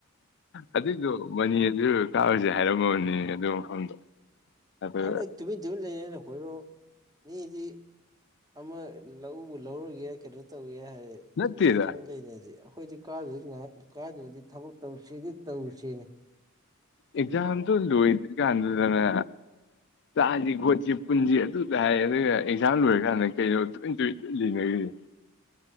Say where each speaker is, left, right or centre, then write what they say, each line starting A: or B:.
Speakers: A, on the left; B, on the right.
A: ꯑꯗꯨꯏꯗꯨ ꯃꯅꯤꯅꯖꯨ ꯀꯥꯔꯨꯖꯦ ꯍꯥꯏꯔꯝꯃꯕꯅꯤ ꯑꯗꯨ ꯃꯐꯝꯗꯣ ꯑꯗꯨ
B: ꯑꯗꯨꯗ ꯇꯨꯃꯤꯟ ꯇꯨꯃꯤꯟ ꯂꯩꯔꯦꯍꯣꯏꯔꯣꯡ ꯃꯤꯗꯤ ꯑꯃ ꯂꯧ ꯂꯧꯔꯨꯒꯦ ꯀꯩꯅꯣ ꯇꯧꯒꯦ ꯍꯥꯏ
A: ꯅꯠꯇꯦꯗ
B: ꯇꯨꯃꯤꯟꯅ ꯇꯨꯃꯤꯟ ꯂꯩꯅꯤꯗꯤ ꯑꯩꯈꯣꯏꯗꯤ ꯀꯥꯗꯁꯨ ꯉꯥꯏ ꯀꯥꯗꯔꯗꯤ ꯊꯕꯛ ꯇꯧꯁꯤꯗꯤ ꯇꯧꯁꯤꯅꯦ
A: ꯑꯦꯛꯖꯝꯗꯨ ꯂꯣꯏꯗꯔꯤ ꯀꯥꯟꯗꯨꯗꯅ ꯆꯥꯁꯤ ꯈꯣꯠꯁꯤ ꯄꯨꯟꯁꯤ ꯑꯗꯨ ꯇ ꯍꯥꯏ ꯑꯗꯨꯒ ꯑꯦꯛꯖꯥꯝ ꯂꯣꯏꯔꯀꯥꯟꯗ ꯀꯩꯅꯣ ꯇꯨꯃꯤ ꯇꯨꯃꯤꯟ ꯂꯣꯏ ꯂꯩꯅꯔꯤꯁꯦ